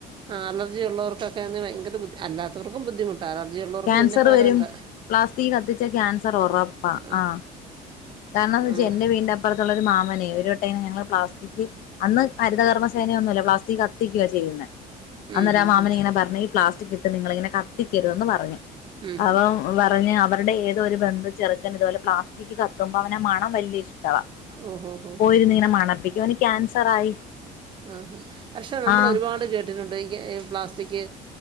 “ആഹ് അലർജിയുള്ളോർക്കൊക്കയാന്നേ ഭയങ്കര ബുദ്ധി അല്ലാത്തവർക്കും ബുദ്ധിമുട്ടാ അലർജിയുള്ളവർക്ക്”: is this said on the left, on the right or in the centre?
Right